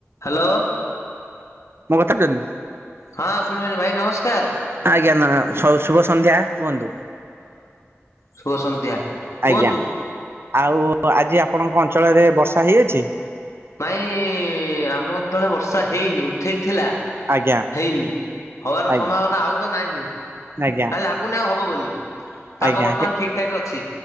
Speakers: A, on the left; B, on the right.
A: Hello.
B: ମୋ କଥା ଶୁଣିପରୁଛନ୍ତି? <unintelligible>
A: ହଁ ଶୁଣିପାରୁଛି ଭାଇ ନମସ୍କାର।
B: ଆଜ୍ଞା ନା ଶୁ -ଶୁଭସନ୍ଧ୍ୟା କୁହନ୍ତୁ।
A: ଶୁଭସନ୍ଧ୍ୟା
B: ଆଜ୍ଞା
A: କୁହନ୍ତୁ।
B: ଆଉ ଆଜି ଆପଣଙ୍କ ଅଞ୍ଚଳରେ ବର୍ଷା ହେଇଅଛି?
A: ଭାଇ ଆମ ଅଞ୍ଚଳରେ ବର୍ଷା ହେଇନି ଉଠେଇଥିଲା?
B: ଆଜ୍ଞା
A: ହେଇନି ହବାର
B: ଆଜ୍ଞା
A: ସମ୍ଭାବନା ଆଉ ତ ନାହିଁ ହେଲା?
B: ଆଜ୍ଞା
A: ଲାଗୁନି ଆଉ ହବ ବୋଲି ପାଗ
B: ଆଜ୍ଞା
A: ବର୍ତ୍ତମାନ ଠିକ୍ ଠାକ୍ ଅଛି?